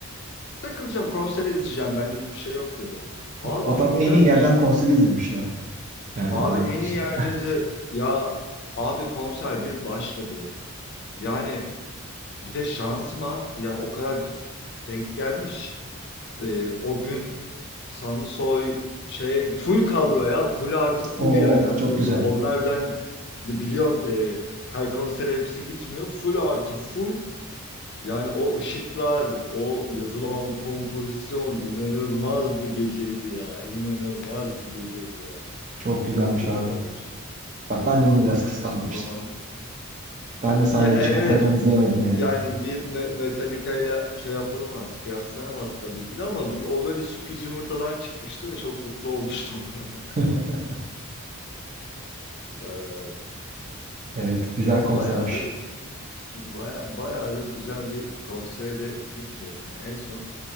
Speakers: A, on the left; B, on the right.
A: Takılacağım konser izleyeceğim benlik bir şey yok dedi. Aa
B: Adam
A: dedim güzelmiş.
B: en iyi yerden konser izlemiş ya. Yani
A: Abi
B: daha
A: en
B: ne düşünelim.
A: iyi yerlerinize ya abi konser bir başladı. Yani bir de şansıma ya o kadar denk gelmiş. Ee, o gün Sansoy şey full kadro ya full artı full
B: Of
A: yani anladın
B: çok güzel.
A: mı? Onlar birden biliyorsun e, her konsere hepsi gitmiyor. Full artı full Yani o ışıklar, o yazılan kompozisyon inanılmaz bir geceydi ya. İnanılmaz bir geceydi ya.
B: Çok güzelmiş
A: Çok keyif
B: abi.
A: almıştım.
B: Bak ben de bunu biraz kıskandım
A: Çok uzun
B: işte.
A: zaman.
B: Ben de sahnede
A: Ya e-
B: hiç pentagram
A: evet
B: izleyemedim
A: yani
B: yani.
A: bir Me- Metallica ile şey yapılamaz, kıyaslanamaz tabii ki de ama bir- o böyle sürpriz yumurtadan çıkmıştı ve çok mutlu olmuştum ona. <laughs>
B: <laughs>
A: Ee,
B: Evet, güzel konsermiş.
A: bayağıdır baya, bayağıdır güzel bir konsere de gitmiyorum. ya. En son